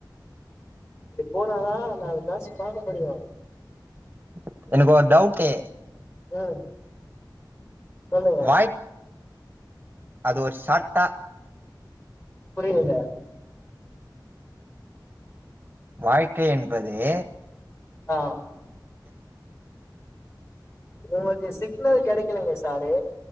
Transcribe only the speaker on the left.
இப்டி போனாத நாலு காசு பாக்க முடியு.
உஹம். சொல்லுங்க.
புரியல.
ஆஹ. உங்களுக்கு சிக்னல் கெடைக்கலங்க sir.